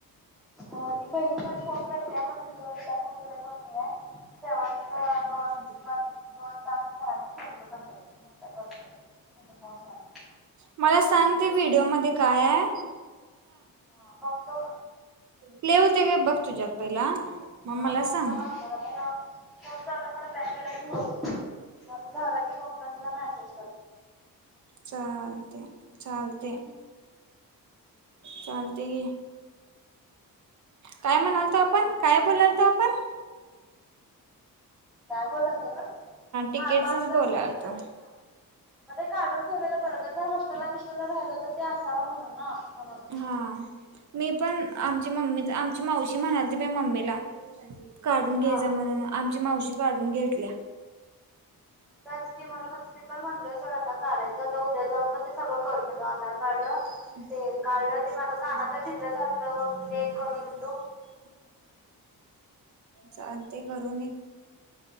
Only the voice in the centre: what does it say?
अ ती बहीण पण फोन करतिया, मग पुढच्या वेळी तिला फोन करायचा नाही हाय <unintelligible> दोन
किंवा दोन तास करायचं ठेवतो तसंच आणि उद्या करतो तिचा फोन झाला
हा मग तो
हा
बघतो
बघतो, <unintelligible> ह्यो. फोन चालू असताना बॅक केला की होत नाही, मग माझं झाला की, बघतो आणि तुला मॅसेज
काय बोलाल तो ग?
हा पासच
तिकिटचच हा, म ते काढून ठेवलेलं बर, जर हॉस्टेलला बिस्टेलला राहिलो तर, ते असाव म्हणून ना म्हणून
हा
तेच की, म्हणूनच मी पण म्हणलोय सोड आता काढायचं, आता उद्या जाऊन मग ते सगळं करून येतो. आधार कार्ड
ते
ते माझं कानातलं
ढिल्लं झालतं
बघ ते करून
<inaudible>